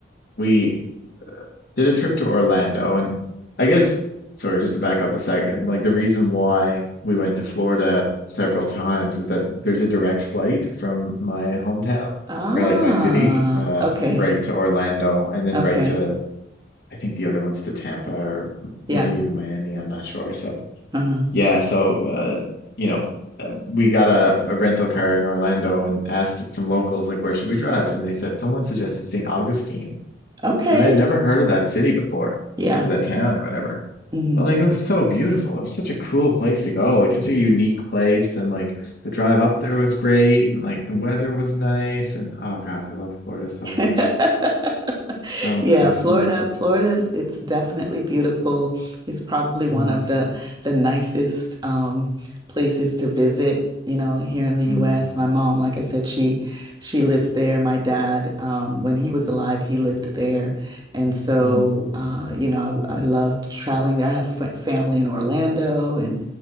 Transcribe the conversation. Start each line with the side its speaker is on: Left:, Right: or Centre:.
Left: we did a trip to Orlando. And I guess, sorry, just to back up a second, like the reason why we went to Florida several times is that there's a direct flight from my hometown
Right: Ah,
Left: or like my city, uh,
Right: okay.
Left: right to Orlando and then
Right: Okay.
Left: right to, I think the other one's to Tampa or
Right: Yeah.
Left: maybe even Miami. I'm not sure. So
Right: Uh-huh.
Left: yeah, so, uh, you know, uh, we got a, a rental car in Orlando and asked some locals, like, where should we drive? And they said, someone suggested St. Augustine.
Right: Okay.
Left: And I had never heard of that city before,
Right: Yeah.
Left: or that town or whatever.
Right: hmm
Left: But like it was so beautiful. It was such a cool place to go, like such a unique place. And like the drive up there was great, and like the weather was nice. And oh God, I love Florida so
Right: <laughs>
Left: much. So
Right: Yeah,
Left: nice.
Right: Florida,
Left: And
Right: Florida's it's definitely beautiful. It's probably one
Left: mm,
Right: of the the nicest um places to visit, you know, here in the
Left: mm,
Right: US. My mom, like I said, she she lives there. My dad, um, when he was alive, he lived there. And so
Left: mm,
Right: uh, you know, I, I loved traveling there. I have f family in Orlando and